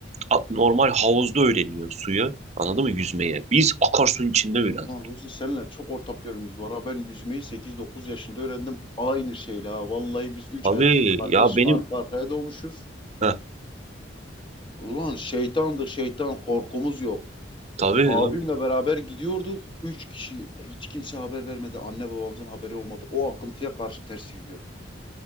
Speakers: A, on the right; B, on the left.
A: a- normal havuzda öğreniyor suyu. Anladın mı yüzmeye? Biz akarsuyun içinde öğrendik.
B: Ulan Ruzi senle çok ortak yönümüz var ha. Ben yüzmeyi 8-9 yaşında öğrendim. Aynı şeyle ha. Vallahi biz 3
A: Tabii
B: erkek kardeş
A: ya benim
B: arka arkaya doğmuşuz.
A: heh,
B: Ulan şeytandır şeytan korkumuz yok.
A: tabii
B: Abimle
A: tabii.
B: beraber gidiyorduk. Üç kişi hiç kimse haber vermedi. Anne babamızın haberi olmadı. O akıntıya karşı ters yüzüyorduk.